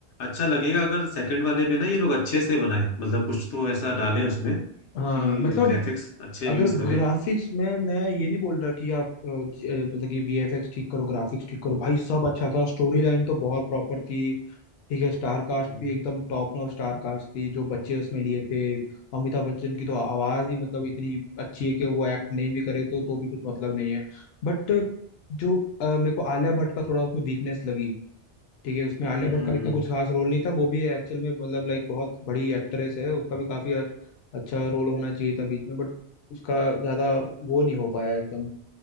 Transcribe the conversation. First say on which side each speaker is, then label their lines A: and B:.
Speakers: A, on the left; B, on the left.
A: अच्छा लगेगा अगर सेकंड वाले में ना ये लोग अच्छे से बनाए मतलब कुछ तो ऐसा डालें उसमें
B: हाँ
A: कि
B: मतलब
A: ग्राफिक्स अच्छे
B: अगर
A: यूज करें
B: ग्राफिक्स में मैं ये नहीं बोल रहा कि आप अ, ज- अ, मतलब कि वीएफएक्स ठीक करो ग्राफिक्स ठीक करो भाई सब अच्छा था स्टोरी लाइन तो बहुत प्रॉपर थी ठीक है स्टार कास्ट
A: हम्म
B: भी एकदम टॉप नॉच स्टार कास्ट थी जो बच्चे उसमें लिए थे अमिताभ बच्चन की तो आवाज ही मतलब इतनी अच्छी है कि वो एक्ट नहीं भी करे तो तो भी कुछ मतलब नहीं है बट जो अ, मेरे को आलिया भट्ट का थोड़ा उसमें वीकनेस लगी ठीक है उसमें आलिया
A: हम्म
B: भट्ट का इतना कुछ खास रोल नहीं था वो भी एक्चुअल में मतलब लाइक बहुत बड़ी एक्ट्रेस है उसका भी काफी अ- अच्छा रोल होना चाहिए था बीच में बट उसका ज्यादा वो नहीं हो पाया एकदम